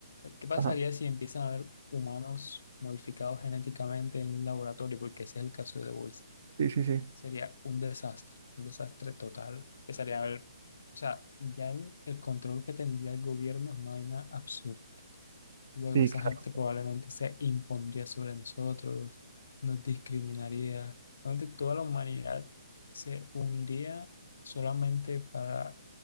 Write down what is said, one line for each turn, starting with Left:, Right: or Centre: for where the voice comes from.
Left: ¿Qué pasaría
Right: Ajá,
Left: si empiezan a haber humanos modificados genéticamente en un laboratorio? Porque ese es el caso de The Voice.
Right: sí, sí, sí.
Left: Sería un desastre, un desastre total. Empezaría a haber, o sea, ya el, el control que tendría el gobierno es una vaina absurda. Luego
Right: Sí,
Left: esa
Right: claro,
Left: gente probablemente se impondría sobre nosotros, nos discriminaría. Realmente toda la humanidad se uniría solamente para